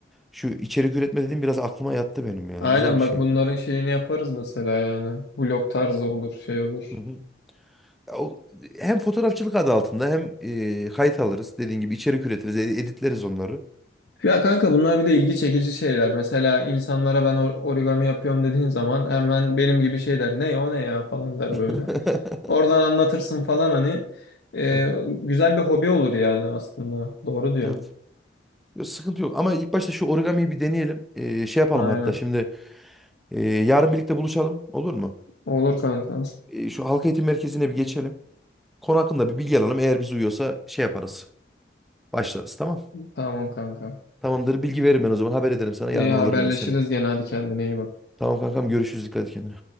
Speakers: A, in the centre; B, on the left (about 70°).
A: Şu içerik üretme dediğim biraz aklıma yattı benim yani.
B: Aynen
A: Güzel bir
B: bak
A: şey.
B: bunların şeyini yaparız mesela yani. Vlog tarzı olur, şey olur.
A: Hı hı. Ya o- hem fotoğrafçılık adı altında hem e, kayıt alırız. Dediğin gibi içerik üretiriz, e- editleriz onları.
B: Ya kanka bunlar bir de ilgi çekici şeyler. Mesela insanlara ben or- origami yapıyorum dediğin zaman hemen benim gibi şey der. Ne o ne ya falan der
A: <laughs>
B: böyle. Oradan anlatırsın falan hani. Ee,
A: Hı hı.
B: güzel bir hobi olur yani aslında. Doğru diyorsun.
A: Evet. Yok, sıkıntı yok. Ama ilk başta şu origamiyi bir deneyelim. E, şey yapalım
B: Aynen.
A: hatta şimdi. e, yarın birlikte buluşalım. Olur mu?
B: Olur kanka.
A: E, şu halk eğitim merkezine bir geçelim. Konu hakkında bir bilgi alalım. Eğer bize uyuyorsa şey yaparız. Başlarız tamam.
B: Tamam kanka.
A: Tamamdır. Bilgi veririm ben o zaman. Haber ederim sana.
B: İyi
A: Yarın
B: haberleşiriz
A: alırım ben seni.
B: gene hadi kendine iyi bak.
A: Tamam kankam görüşürüz. Dikkat et kendine.